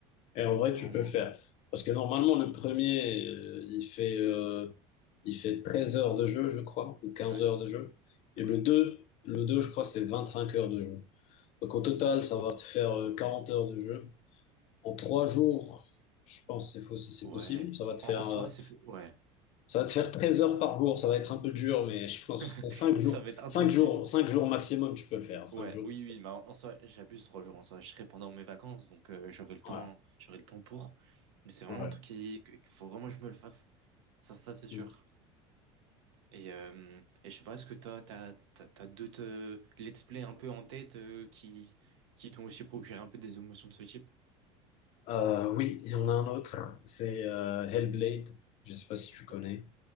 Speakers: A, on the left; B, on the right.
A: Et en vrai,
B: C'est
A: tu
B: vraiment.
A: peux le faire. Parce que normalement,
B: Hmm.
A: le premier, euh, il fait, euh, il fait 13 heures de jeu, je crois, ou quinze
B: Ouais.
A: heures de jeu. Et
B: Ok.
A: le deux, le deux, je crois, c'est 25 heures de jeu. Donc au total,
B: Ok.
A: ça va te faire euh, 40 heures de jeu. En 3 jours, je pense que c'est faux si c'est
B: Ouais.
A: possible. Ça va te
B: En,
A: faire,
B: en soi,
A: euh,
B: c'est. Ouais.
A: ça va te faire 13 heures par jour. Ça va être un peu dur,
B: Ouais.
A: mais je pense
B: <laughs>
A: en cinq jours,
B: Ça va être intensif.
A: cinq jours, cinq jours maximum, tu peux le faire. 5
B: Ouais.
A: jours,
B: Oui,
A: tu
B: oui.
A: peux.
B: oui,
A: le
B: Mais
A: faire.
B: en, en soi, j'abuse trois jours. En soi, je serai pendant mes vacances, donc euh, j'aurai le temps.
A: Voilà.
B: J'aurai le temps pour. Mais c'est vraiment
A: Ouais,
B: un truc qui- qu'il faut vraiment que je me le fasse. Ça, ça, c'est sûr.
A: ouais.
B: Et, euh, et je sais pas, est-ce que t'as, t'as, t'as, t'as d'autres euh, let's play un peu en tête euh, qui, qui t'ont aussi procuré un peu des émotions de ce type?
A: Euh, oui, il y en a un autre. C'est euh, Hellblade. Je sais pas si tu connais.
B: Ok.